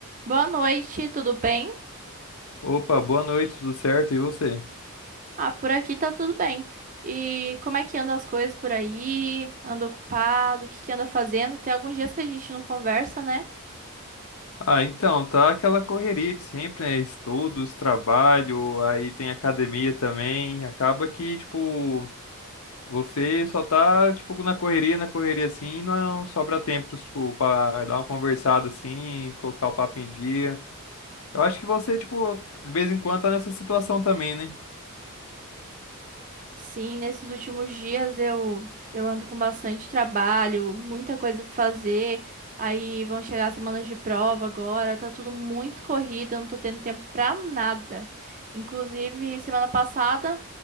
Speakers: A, on the right; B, on the left.
A: Boa noite, tudo bem?
B: Opa, boa noite, tudo certo? E você?
A: Ah, por aqui tá tudo bem. E como é que andam as coisas por aí? Anda ocupado? O que que anda fazendo? Tem alguns dias que a gente não conversa, né?
B: Ah, então, tá aquela correria de sempre, né? Estudos, trabalho, aí tem academia também. Acaba que, tipo, você só tá, tipo, na correria, na correria assim, e não sobra tempo, tipo, pra dar uma conversada assim, colocar o papo em dia. Eu acho que você, tipo, de vez em quando tá nessa situação também, né?
A: Sim, nesses últimos dias eu eu ando com bastante trabalho, muita coisa pra fazer. Aí vão chegar as semanas de prova agora, tá tudo muito corrido, eu não tô tendo tempo pra nada. Inclusive, semana passada